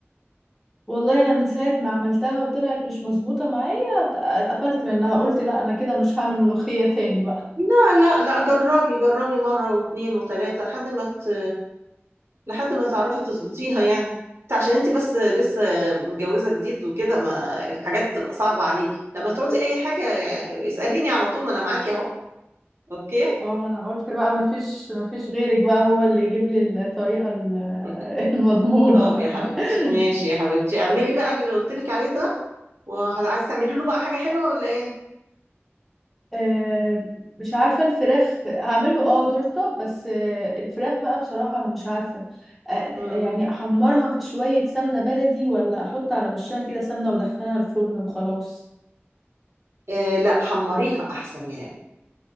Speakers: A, in the centre; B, on the right (about 70°).
A: والله أنا من ساعة ما عملتها وطلعت مش مظبوطة معايا اتقفلت منها قلت لا أنا كده مش هعمل ملوخية تاني بقى
B: لا لا لا جربي جربي مرة واثنين وثلاثة لحد ما ت... لحد ما تعرفي تظبطيها يعني انت عشان انت بس لسه متجوزة جديد وكده ما الحاجات تبقى صعبة عليكي لما تعوزي اي حاجة اسأليني على طول ما انا معاكي اهو اوكي
A: اه ما انا قلت بقى ما فيش ما فيش غيرك بقى هو اللي يجيب لي الطريقة ال-
B: <laughs>
A: <laughs> المضمونة
B: اه يا حبيبتي
A: <laughs>
B: ماشي يا حبيبتي اعملي بقى اللي قلت لك عليه ده وعايزه تعملي له بقى حاجة حلوة ولا ايه
A: آه، مش عارفة الفراخ هعمله اه تورتة بس آه، الفراخ بقى بصراحة انا مش عارفة آه،
B: امم
A: يعني احمرها في شوية سمنة بلدي ولا احط على وشها كده سمنة وادخلها الفرن وخلاص
B: إيه لا حمريها احسن يا